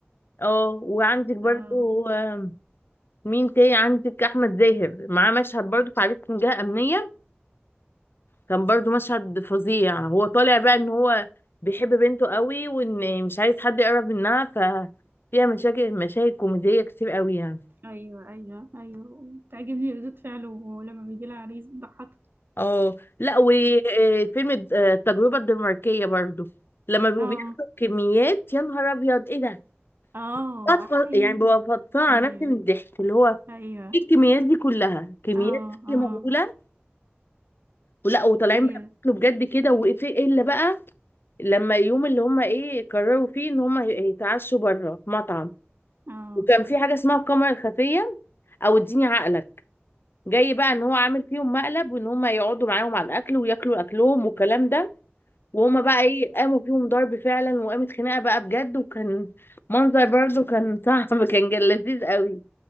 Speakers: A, on the left; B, on the right.
A: اه وعندك برضو
B: اه
A: آم، مين تاني عندك احمد زاهر معاه مشهد برضو في عريس من جهه امنيه كان برضو مشهد فظيع هو طالع بقى ان هو بيحب بنته قوي وان مش عايز حد يقرب منها ففيها مشاكل مشاهد كوميدية كتير قوي يعني
B: ايوه ايوه ايوه تعجبني ردود فعله ولما بيجي لها عريس بتضحك
A: اه لا وفيلم التجربة الدنماركية برضو لما بيبقوا
B: اه
A: بياكلوا كميات يا نهار ابيض ايه ده
B: اه
A: فطف-
B: احيي
A: يعني ببقى فطانة
B: ايوه
A: على نفسي من الضحك اللي هو
B: ايوه
A: ايه الكميات دي كلها كميات
B: اه
A: أكل
B: اه
A: مهولة ولا وطالعين
B: ايوه
A: بقى بياكلوا بجد كده وايه الا بقى لما يوم اللي هم ايه قرروا فيه ان هم يتعشوا بره مطعم
B: اه
A: وكان في حاجه اسمها الكاميرا الخفيه او اديني عقلك جاي بقى ان هو عامل فيهم مقلب وان هم يقعدوا معاهم على الاكل وياكلوا اكلهم والكلام ده وهم بقى ايه قاموا فيهم ضرب فعلا وقامت خناقه بقى بجد وكان منظر برضه كان <laughs> صعب كان جا- لذيذ قوي